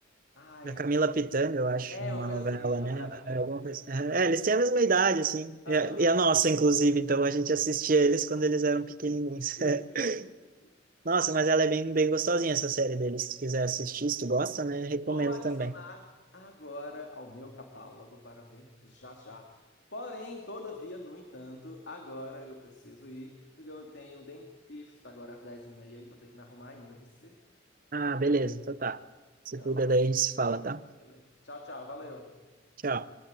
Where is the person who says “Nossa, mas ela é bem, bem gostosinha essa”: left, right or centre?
Right